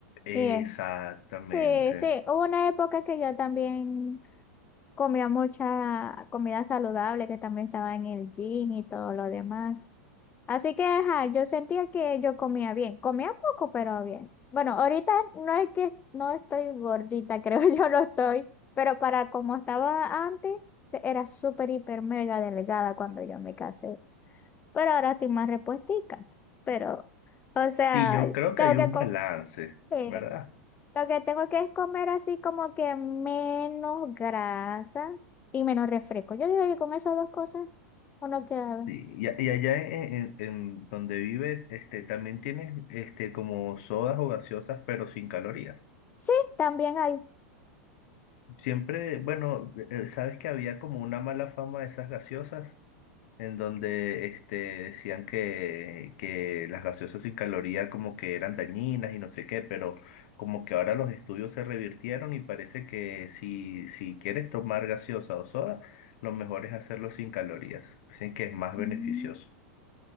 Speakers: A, on the left; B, on the left.
A: Exactamente.
B: Y es, sí, sí, hubo una época que yo también comía mucha comida saludable, que también estaba en el gym y todo lo demás. Así que, ajá, yo sentía que yo comía bien. Comía poco, pero bien. Bueno, ahorita no es que no estoy gordita, <laughs> creo yo no estoy, pero para como estaba antes, te- era súper, hiper, mega delgada cuando yo me casé. Pero ahora estoy más repuestica. Pero, o sea,
A: Y yo creo
B: tengo
A: que hay un
B: que co-
A: balance,
B: eh,
A: ¿verdad?
B: Lo que tengo que es comer así como que menos grasa y menos refresco. Yo digo que con esas dos cosas uno queda. bien.
A: Sí, Y, a- y allá en, en- en donde vives, este, también tienes este, como sodas o gaseosas, pero sin calorías.
B: Sí, también hay.
A: Siempre, bueno, eh, sabes que había como una mala fama de esas gaseosas en donde este, decían que, que las gaseosas sin caloría como que eran dañinas y no sé qué, pero como que ahora los estudios se revirtieron y parece que si, si quieres tomar gaseosa o soda, lo mejor es hacerlo sin calorías. Dicen que es más beneficioso.
B: Mm.